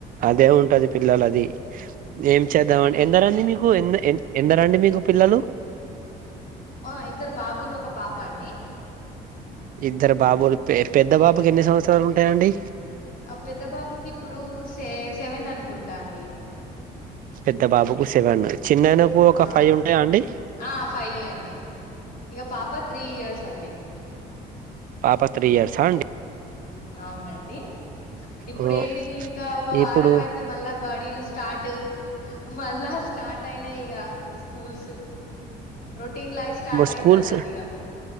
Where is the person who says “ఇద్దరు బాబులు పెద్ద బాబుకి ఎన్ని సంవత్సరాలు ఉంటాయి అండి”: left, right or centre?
Right